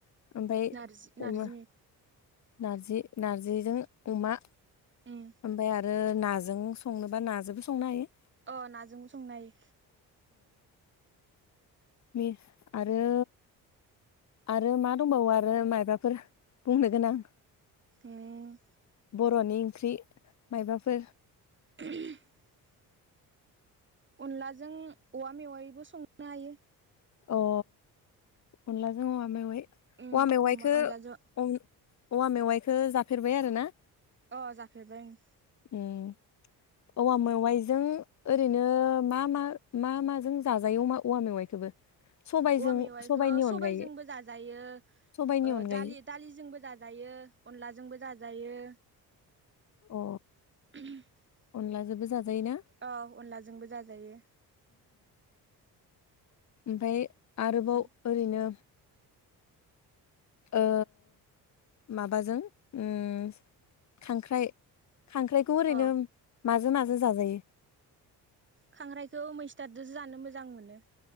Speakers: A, on the left; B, on the right.
A: ओमफाय
B: नारजि नारजि
A: अमा
B: मे
A: नारजि नारजिजों अमा
B: उम
A: ओमफाय आरो नाजों संनोबा नाजोंबो संनो हायो।
B: अ नाजोंबो संनो हायो।
A: नि आरो आरो मा दंबावो आरो मायबा फोर बुंनो गोनां
B: उम
A: बर'नि ओंख्रि मायबाफोर
B: <unintelligible> अनलाजों औवा मेवायबो संनो हायो।
A: अ अनलाजों औवा मेवाइ
B: उम
A: औवा मेवाइखो
B: अमा अनलाजों
A: औवा मेवाइखो जाफेरबाय आरो ना?
B: अ जाफेरबाय उम।
A: ओम। औवा मेवाइजों ओरैनो मा मा मा माजों जाजायो अमा औवा मेवाइखौबो? सबायजों
B: औवा मेवाइखो
A: सबाइनि
B: सबाय
A: अनगायै
B: जोंबो जाजायो
A: सबाइनि
B: ओ
A: अनगायै
B: दालि दालिजोंबो जाजा जायो अनलाजोंबो जाजायो।
A: अ
B: <unintelligible>
A: अनलाजोंबो जाजायोना?
B: अ अनलाजोंबो जाजायो
A: ओमफ्राय आरोबाव
B: बिदि
A: ओरैनो ओ माबाजों उम खांख्राइ खांख्राइखौ ओरैनो
B: अ
A: माजों माजों जाजायो?
B: खांख्रायखौ मैस्थादोसो जानो मोजां मोनो।